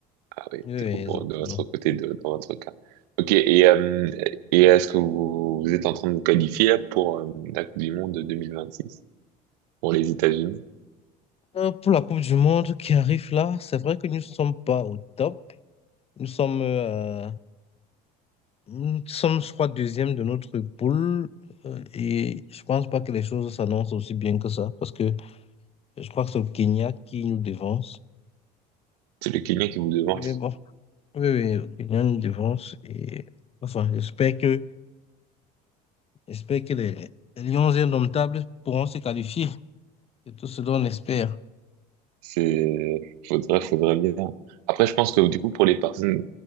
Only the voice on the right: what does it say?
Ah oui,
du coup, pour,
de votre côté, de, dans votre cas. Ok, et, euh, et est-ce que vous, vous êtes en train de vous qualifier là, pour euh, la Coupe du Monde de six pour les États-Unis?
C'est le Kenya qui vous demande.
C'est, faudrait, faudrait bien. Après, je pense que du coup, pour les personnes,